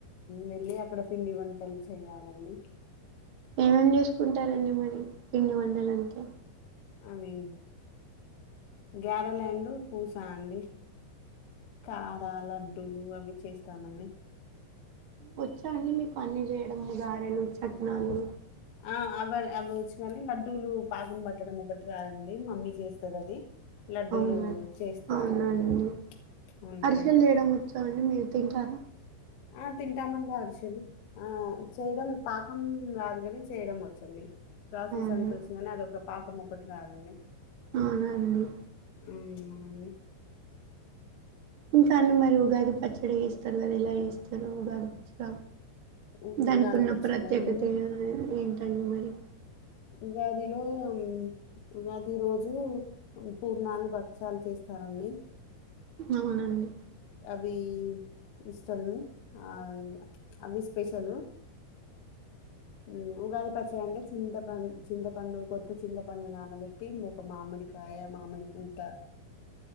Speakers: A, on the left; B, on the right.
A: వెళ్ళి అక్కడ పిండి వంటలు చెయ్యాలండి.
B: ఏమేమ్ చేసుకుంటారండి మరి పిండి వండలంటే
A: అవి, గ్యారెలైన్లు, పూస అండి. కార లడ్డూలు అవి చేస్తామంని.
B: వచ్చా అంని మీకు అన్ని జేయడంమ్మ్ గారెలు, చట్నాలు
A: ఆ అవర్ అవి వచ్చు కాని లడ్డూలు పాకం పట్టడం ఒకటి రాదండి మమ్మీ చేస్తది అది లడ్డూలు
B: అవునా,
A: చేస్తాను
B: అవునండి
A: నేను అవునండి
B: అరిసెలు జేయడం వచ్చా అండి మీ తింటార
A: ఆ తింటామండి అరిశెలు ఆ చేయడం పాకం రాదు కాని చేయడం వచ్చండి ప్రాసెస్
B: అవునా?
A: అంత ఒచ్చు కాని అదొక పా కమ్ మొక్కటి రాదండి.
B: అవునా అండి.
A: మ్ ఔనంని.
B: ఇంకా అన్ని మరి ఉగాది పచ్చడి ఎస్తారు కదా, ఎలా ఎస్తరు ఉగాది చ్చర
A: ఉ
B: దానికున్న
A: ఉగాది పచ్చడా
B: ప్రత్యేకత
A: అండి
B: ఏమి ఏం రంని మరి
A: ఉగాదిలో మ్మ్ ఉగాది రోజు పూర్ణాలు, భక్షాలు చేస్తారంని.
B: అవునండి.
A: వి ఇస్సన్ ఆ వి అవిస్స్ స్పెషలు, ఇ ఉగాది పచ్చడి అంటే చింత పంన్ చింతపంను, కొత్త చింతపంను నానబెట్టి ఇంగొక మామిడికాయ, మామిడిపూత,